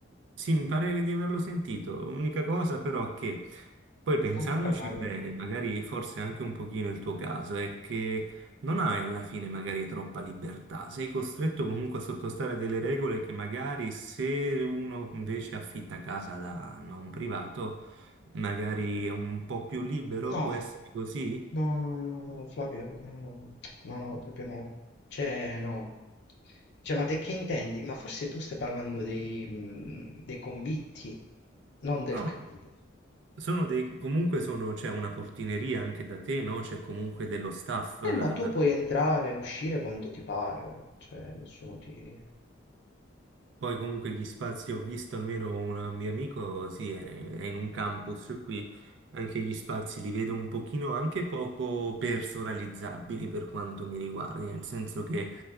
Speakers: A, on the right; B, on the left.
A: Sì, mi pare di averlo sentito. L'unica cosa però è che poi pensandoci
B: È molto caro.
A: bene, magari forse anche un pochino il tuo caso, è che non hai alla fine magari troppa libertà. Sei costretto comunque a sottostare a delle regole che magari se uno invece affitta casa da da un privato, magari è un po' più libero,
B: No,
A: può essere così?
B: No, no, no, no, Flavio, no, no, no, no, proprio no. Cioè, no. Cioè, ma te che intendi? Ma forse tu stai parlando dei, mh, dei convitti, non
A: No,
B: del campo.
A: no. Sono dei, comunque sono, c'è una portineria anche da te, no? C'è comunque dello staff,
B: Eh,
A: eh,
B: ma tu puoi entrare e uscire quando ti pare, cioè, nessuno ti...
A: Poi comunque gli spazi, ho visto almeno un mio amico, sì, è è in un campus qui, anche gli spazi li vedo un pochino anche poco personalizzabili per quanto mi riguardi, nel senso che